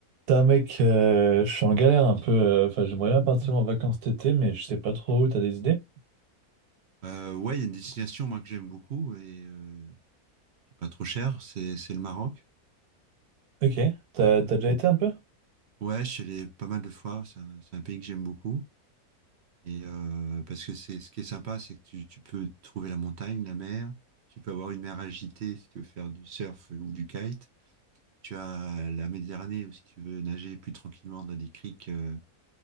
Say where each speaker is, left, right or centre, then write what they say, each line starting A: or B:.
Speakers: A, on the right (about 80°); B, on the right (about 55°).
A: Putain, mec, euh, je suis en galère un peu. euh, Enfin, j'aimerais bien partir en vacances cet été, mais je sais pas trop où. T'as des idées?
B: Euh, ouais, il y a une destination moi que j'aime beaucoup et euh, qui est pas trop chère, c'est c'est le Maroc.
A: Ok. T'as
B: Ouais.
A: t'as déjà été un peu?
B: Ouais, je suis allé pas mal de fois. C'est un, c'est un pays que j'aime beaucoup et euh, parce que c'est ce qui est sympa, c'est que tu tu peux trouver la montagne, la mer. Tu peux avoir une mer agitée si tu veux faire du surf ou du kite. Tu as la Méditerranée où si tu veux nager plus tranquillement dans des criques euh,